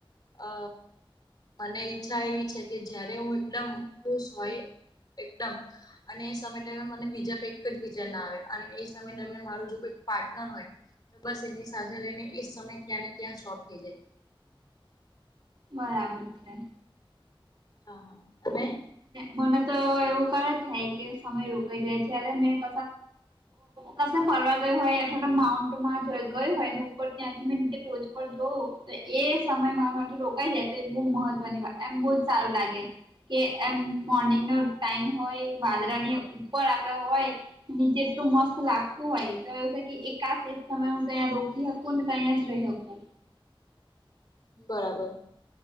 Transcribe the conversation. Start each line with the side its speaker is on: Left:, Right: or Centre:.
Left: અ મને ઈચ્છા એવી છે કે જયારે હું એકદમ ખુશ હોય. એકદમ અને એ સમય દરમિયાન મને બીજા કંઈક જ બીજા ના આવે. અને એ સમય દરમિયાન મારું જો કોઈ પાર્ટનર હોય. તો બસ એની સાથે રહીને એ સમય ત્યાં ને ત્યાં શોપ થઈ જાય.
Right: બરાબર છે.
Left: હા હા, ત
Right: મને તો એવું કર થાય કે સમય રોકાઈ જાય છે મે ક કશે ફરવા ગયયો હોય અથવા તો માઉન્ટમાં ગયો હોય ને ઉપર ત્યાંથી મેં નીચે ટોચ જોવું તો એ સમય મારા માટે રોકાઈ જાય તો એ બહુ મહત્વની વા એમ બહુજ સારું લાગે. કે એમ મોર્નિંગ નો ટાઈમ હોય વાદરા ની ઉપર આપડ હોય. નીચેટલું મસ્ત લાગતું હોય તો એવું છે એકાશ એ જ સમય હું ત રોકીક કોને તહીંયા જ રહીકો.
Left: બરાબર.